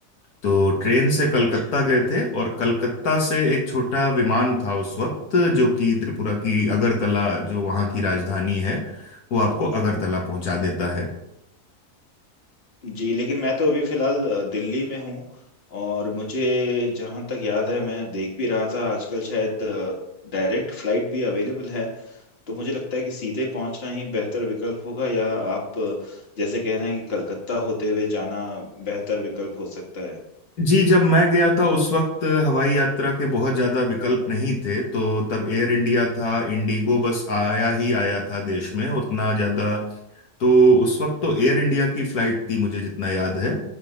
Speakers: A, on the left; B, on the left.
A: तो ट्रेन से कलकत्ता
B: जी
A: गए थे और कलकत्ता से एक छोटा विमान था उस वक्त जो कि त्रिपुरा की अगरतला जो वहाँ की राजधानी है वो आपको अगरतला पहुंचा देता है
B: जी लेकिन मैं तो अभी फिलहाल अ, दिल्ली में हूँ और मुझे जहाँ तक याद है मैं देख भी रहा था आजकल शायद डायरेक्ट फ्लाइट भी अवेलेबल है तो मुझे लगता है कि सीधे पहुँचना ही बेहतर विकल्प होगा या आप अ, जैसे कह रहे हैं कि कलकत्ता होते हुए जाना बेहतर विकल्प हो सकता है
A: जी जब मैं गया था उस वक्त हवाई यात्रा के बहुत ज़्यादा विकल्प नहीं थे तो तब एयर इंडिया था इंडिगो बस आया ही आया था देश में उतना ज़्यादा तो उस वक्त तो एयर इंडिया की फ़्लाइट थी मुझे जितना याद है